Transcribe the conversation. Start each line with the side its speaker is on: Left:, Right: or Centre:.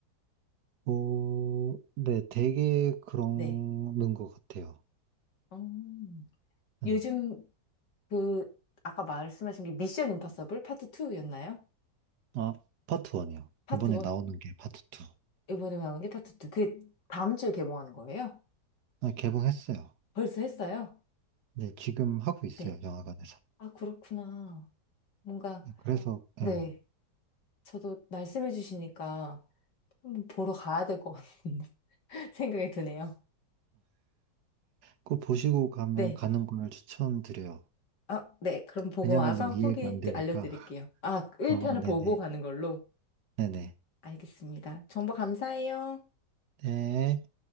Right: 어, 네, 되게 그러는
Left: 네.
Right: 것 같아요.
Left: 음.
Right: 네.
Left: 요즘 그 아까 말씀하신 게 미션 임파서블 파트 2였나요?
Right: 아, 파트 1이요.
Left: 파트
Right: 이번에
Left: 1.
Right: 나오는 게 파트 2.
Left: 이번에 나온 게 파트 2. 그게 다음 주에 개봉하는 거예요?
Right: 아, 개봉했어요.
Left: 벌써 했어요?
Right: 네, 지금 하고 있어요,
Left: 네.
Right: 영화관에서.
Left: 아, 그렇구나. 뭔가
Right: 네, 네. 그래서,
Left: 네.
Right: 예,
Left: 저도 말씀해 주시니까 한번 보러 가야 될 것 같은 <laughs> 생각이 드네요.
Right: 꼭 보시고 가면
Left: 네.
Right: 가는 걸 추천드려요.
Left: 아, 네. 그럼 보고
Right: 그냥
Left: 와서
Right: 가면
Left: 후기
Right: 이해가 안
Left: 드-
Right: 되니까.
Left: 알려드릴게요. 아, 1편을
Right: 어, 네네.
Left: 보고 가는 걸로.
Right: 네네.
Left: 알겠습니다. 정보 감사해요.
Right: 네.